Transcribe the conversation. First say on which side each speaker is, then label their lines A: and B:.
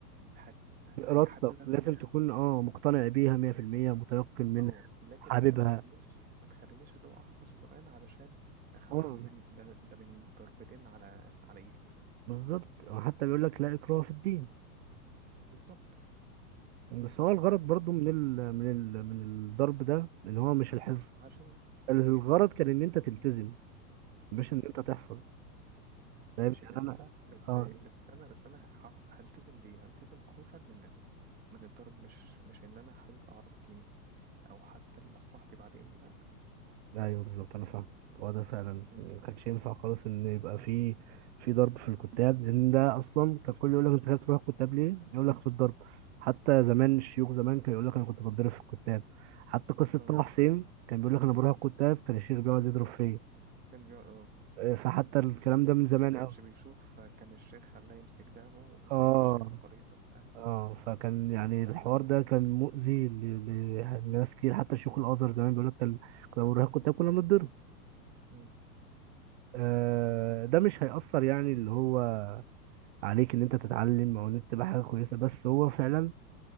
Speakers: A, on the right (about 20°); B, on the right (about 45°).
A: هت...
B: بارادتك
A: هيحببك
B: لازم
A: فيها
B: تكون اه مقتنع بيها 100% متيقن منها
A: اه لكن
B: حاببها
A: انت ما تخلينيش ما تخلينيش اللي هو احفظ قران علشان اخاف
B: اه
A: من ده ده من ضربتين على على ايدي
B: بالظبط هو حتى بيقول لك لا اكراه في الدين
A: بالظبط
B: بس هو الغرض برضو من ال من ال من الضرب ده ان هو مش الحفظ
A: عشان
B: الغرض كان ان انت تلتزم مش ان انت تحفظ فاهم
A: ماشي
B: يعني
A: بس
B: انا
A: بس
B: اه
A: بس انا بس انا ه- هلتزم بيه هلتزم خوفا من ال... من الضرب مش مش ان انا حابب اعرف ديني او حتى لمصلحتي بعدين لا
B: ايوه بالظبط انا فاهم هو ده فعلا
A: امم
B: ما كانش ينفع خالص ان يبقى في في ضرب في الكتاب لان ده اصلا كان كل يقول لك انت خايف تروح الكتاب ليه يقول لك في الضرب حتى زمان الشيوخ زمان كان يقول لك انا كنت بتضرب في الكتاب حتى قصه
A: اه
B: طه حسين كان بيقول لك انا بروح الكتاب كان الشيخ بيقعد يضرب فيا
A: كان بيقعد اه
B: إيه، فحتى الكلام ده من زمان
A: ما كانش
B: قوي
A: بيشوف كان الشيخ خلاه يمسك دقنه ومسك
B: اه
A: شيئا غليظا آه،
B: اه فكان يعني الحوار
A: كان اللي هو
B: ده كان مؤذي ل- ل- لناس كتير حتى شيوخ الازهر زمان بيقول لك كان كنا بنروح الكتاب كنا بنتضرب
A: مم.
B: آه، ده مش هيأثر يعني اللي هو عليك ان انت تتعلم او ان انت تبقى حاجه كويسه بس هو فعلا